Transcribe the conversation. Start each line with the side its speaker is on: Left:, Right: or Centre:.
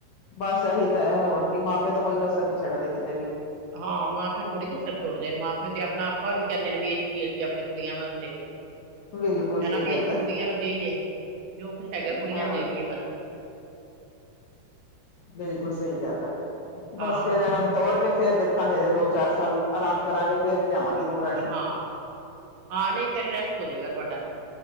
Left: ਬਸ ਇਹੀ ਤਾਂ ਹੈ ਹੋਰ ਕਿ ਮਾਂ ਪਿਓ ਤਾਂ ਕੋਈ ਕਸਰ ਨਹੀਂ ਛੱਡਦੇ ਕਿਤੇ ਵੀ।
Right: ਹਾਂ ਮਾਂ ਪਿਓ ਥੋੜ੍ਹੀ ਕਸਰ ਛੋੜਦੇ ਨੇ ਮਾਂ ਪਿਓ ਤੇ ਆਪਣਾ ਆਪਾਂ ਵੀ ਕਹਿੰਦੇ ਨੇ ਵੇਚ ਦੇਈਆ ਆਪਣੀਆਂ ਕੁੜੀਆਂ ਵਾਸਤੇ।
Left: ਹੂੰ। ਬਿਲਕੁਲ
Right: ਇਹ
Left: ਸਹੀ
Right: ਨਾ ਵੀ
Left: ਗੱਲ
Right: ਅਸੀਂ
Left: ਹੈ
Right: ਕੁੜੀਆਂ ਨੂੰ ਦੇਈਏ ਜੋ ਕੁਛ ਹੈਗਾ ਕੁੜੀਆਂ
Left: ਹਾਂ।
Right: ਨੂੰ ਦੇ ਦਈਏ ਬਸ
Left: ਬਿਲਕੁਲ ਸਹੀ ਗੱਲ ਹੈ,
Right: ਹਾਂ
Left: ਬਸ ਫੇਰ ਇਹਨਾਂ ਨੂੰ। ਤੋਰ ਕੇ ਫੇਰ ਦੇਖਾਂਗੇ ਹਜੇ ਦੋ ਚਾਰ ਸਾਲ ਆਰਾਮ ਕਰਾਂਗੇ ਫੇਰ ਲਿਆਵਾਂਗੇ। ਨੂੰਹ ਰਾਣੀ
Right: ਹਾਂ, ਹਾਂ ਨਹੀਂ ਫਿਰ ਰੈਸਟ ਹੋ ਜਏਗਾ ਤੁਹਾਡਾ।